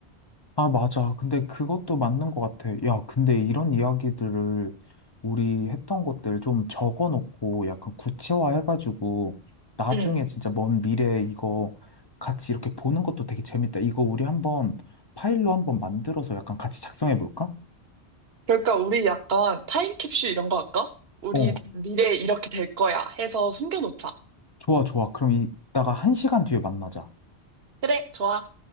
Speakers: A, on the left; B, on the right.
A: 아, 맞아. 근데 그것도 맞는 것 같아. 야, 근데 이런 이야기들을 우리 했던 것들 좀 적어 놓고 약간 구체화해가지고 나중에
B: 응.
A: 진짜 먼 미래에 이거 같이 이렇게 보는 것도 되게 재밌다. 이거 우리 한번 파일로 한번 만들어서 약간 같이 작성해 볼까?
B: 그러니까 우리 약간 타임캡슐 이런 거 할까? 우리
A: 어,
B: 미래에 이렇게 될 거야 해서 숨겨놓자.
A: 좋아, 좋아. 그럼 이따가 한 시간 뒤에 만나자.
B: 그래, 좋아.